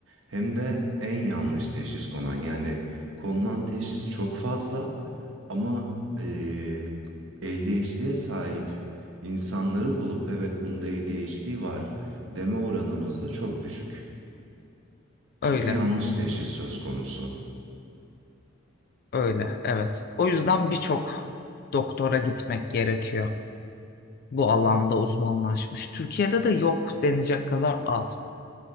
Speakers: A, on the right (about 70°); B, on the left (about 45°).
A: hem de en yanlış teşhis konan. Yani konulan teşhis çok fazla ama e, ADHD'ye sahip insanları bulup evet bunda ADHD var deme oranımız da çok düşük. Çünkü
B: öyle,
A: yanlış teşhis söz konusu.
B: öyle, evet. O yüzden birçok doktora gitmek gerekiyor. Bu alanda uzmanlaşmış. Türkiye'de de yok denecek kadar az.